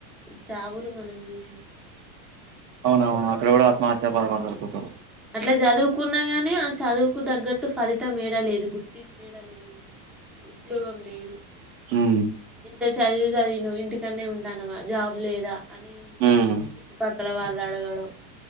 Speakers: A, in the centre; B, on the right.
A: చావులు మనం చూసినాం,
B: అవునవు అక్కడ కూడా ఆత్మహత్యా పలు పడతారు కొంచెం
A: ఇట్లా చదువుకున్నా గాని ఆ చదువుకు తగ్గట్ అట్టు ఫలితం ఏడ లేదు గుర్తింపు ఏడ లేదు ఉద్యోగం లేదు,
B: ఉమ్
A: ఇంత చదువు చదివిను ఇంటి కనే ఉంటానమా జాబ్ లేదా అని
B: ఉమ్.
A: చుట్టుపక్క పక్కల వాళ్ళు అడగడం